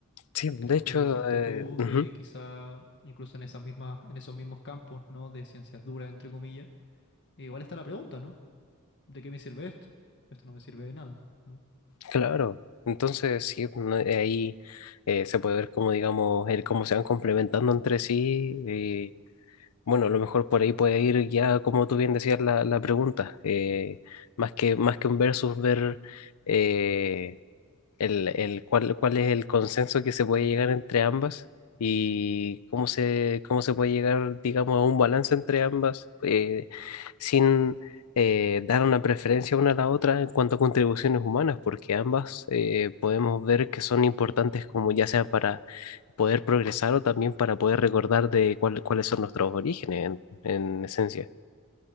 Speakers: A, on the left; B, on the left.
A: Sí,
B: Porque
A: de
B: tal
A: hecho,
B: como dijiste
A: eh,
B: tú,
A: ujú,
B: eh, quizá incluso en esas mismas, en esos mismos campos, ¿no? De ciencias duras, entre comillas, eh, igual está la pregunta, ¿no? ¿De qué me sirve esto? Esto no me sirve de nada, ¿no?
A: claro. Entonces, sí, no- ahí eh, se puede ver como, digamos, el cómo se van complementando entre sí Bueno, a lo mejor por ahí puede ir ya, como tú bien decías, la, la pregunta. eh, más que, más que un versus, ver eh, el, el- cuál, cuál es el consenso que se puede llegar entre ambas y cómo se, cómo se puede llegar, digamos, a un balance entre ambas eh, sin eh, dar una preferencia una a la otra en cuanto a contribuciones humanas, porque ambas eh, podemos ver que son importantes como ya sea para poder progresar o también para poder recordar de cuál- cuáles son nuestros orígenes en, en esencia.